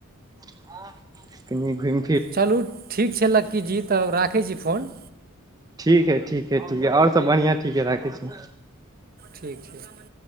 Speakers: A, on the right; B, on the right.
A: <unintelligible> कनी घुइम
B: चलू ठीक छै लक्कीजी! तब राखै छी फोन।
A: ठीक हइ, ठीक हइ, ठीक हइ, आओर सभ बढ़िआँ ठीक हइ, राखै छी।
B: ठीक छै।